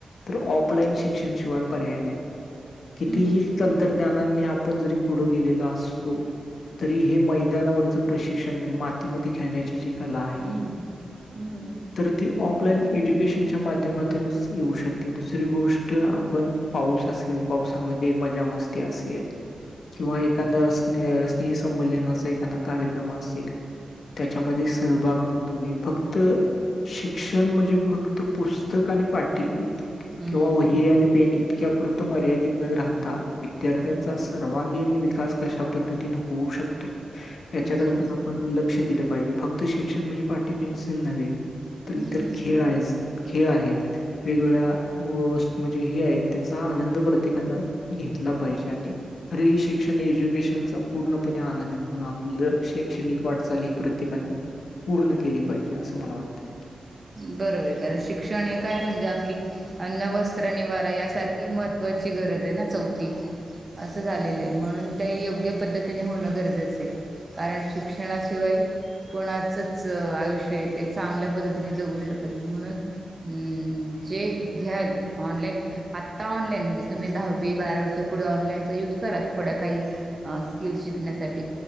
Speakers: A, on the left; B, on the right.
A: तर ऑफलाईन शिक्षणशिवाय पर्याय नाही कितीही
B: हम्म
A: जर तंत्रज्ञान नान्य आपण जरी पुढं गेलेलो असतो तरी हे मैदानावरचं प्रशिक्षण म्हणजे मातीमध्ये खेळण्याची जी कला आहे
B: हम्म हम्म
A: तर ती ऑफलाईन
B: साहजिकच
A: एज्युकेशनच्या माध्यमात तनुच होऊ शकते दुसरं गोष्ट आपण पाऊस असेल पावसामध्ये मजा मस्ती असेल किंवा एखांदा स्नेह नेह संमेलन एखांदा कार्यक्रम असेल त्याच्यामध्ये सहभाग नोंदवने फक्त शिक्षण म्हणजे फक्त पुस्तक आणि पाठी इत
B: हम्म
A: किंवा वही आणि पेन इतक्या परतं मर्यादित न राहता विद्यार्थ्याचा
B: हम्म
A: स सर्वांगीण विकास कशा पद्धतीने होऊ शकतो याच्याकडे
B: हम्म
A: पण आपण लक लक्ष दिलं पाहिजे फक्त शिक्षण म्हणजे पाटी पेन्सिल नव्हे तर इतर
B: हम्म
A: खेळ आहेस. खेळ आहेत वेगवेगळ्या वस्तू म्हणजे हे आहेत त्याचा आनंद प्रत्येकानं घेतला पाहिजे आणि री शिक्षण एज्युकेशनचा पूर्णपणे आनंद घेऊन आप पलं शैक्षणिक वाटचाल ही प्रत्येकानं पूर्ण केली पाहिजे असं मला वाटतय.
B: बरोबर आहे कारण शिक्षण हे काय म्हणजे आपली अन्न वस्त्र निवारा यासारखी मह त्वाची गरज आहे ना चौथी. असं झालेलं आहे म्हणून ते योग्य पद्धतीने होणं गरजेचं आहे. कारण शिक्षणाशिवाय कोणाचच आयुष्य ते चांगल्या पद्ध तीने जगू शकत नाही म्हणून उम्म जे घ्याल ऑनलाईन आत्ता ऑनलाईन म्हणजे तुम्ही दहावी, बारावीच्या पुढे ऑनलाईनचा युज करा थोडं काही अ स्किल शिकण्यासाठी